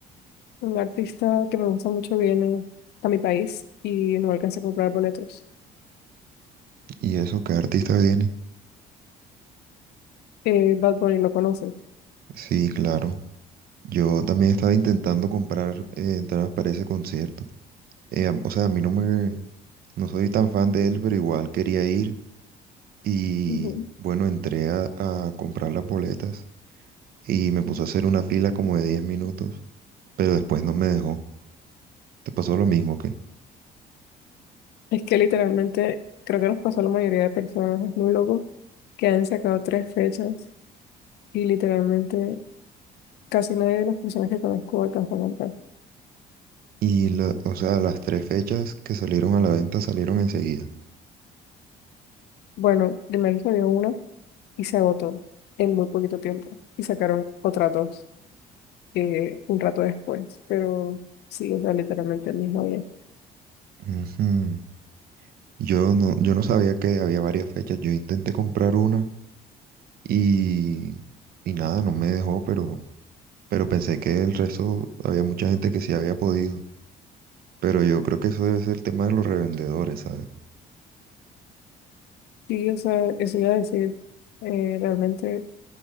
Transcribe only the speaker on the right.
¿Y eso qué artista viene?
Sí, claro. Yo también estaba intentando comprar eh, entradas para ese concierto. Eh, a- o sea, a mí no me, no soy tan fan de él, pero igual quería ir. Y
bueno, entré a, a comprar las boletas y me puso a hacer una fila como de 10 minutos, pero después no me dejó. ¿Te pasó lo mismo que?
Y, la- o sea, las tres fechas que salieron a la venta salieron enseguida.
Ujú. Yo no, yo no sabía que había varias fechas. Yo intenté comprar una y, y nada, no me dejó, pero, pero pensé que el resto había mucha gente que sí había podido. Pero yo creo que eso debe ser el tema de los revendedores, ¿sabes?